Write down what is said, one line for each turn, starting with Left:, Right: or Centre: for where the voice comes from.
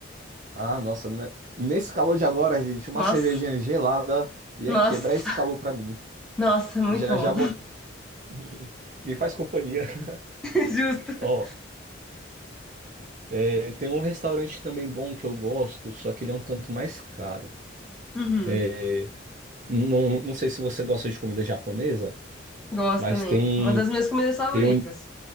Right: Ah, nossa, né? Nesse calor de agora, gente, uma
Centre: Nossa,
Right: cervejinha gelada ia
Centre: nossa,
Right: quebrar esse calor pra mim.
Centre: <laughs> nossa, muito
Right: Já
Centre: bom.
Right: já vou. <laughs> Me faz companhia. <laughs>
Centre: <laughs> Justo.
Right: Ó, é, tem um restaurante também bom que eu gosto, só que ele é um tanto mais caro.
Centre: Uhum.
Right: É, não, não sei se você gosta de comida japonesa,
Centre: Gosto
Right: mas
Centre: também.
Right: tem.
Centre: Uma das minhas comidas favoritas.
Right: Tem, o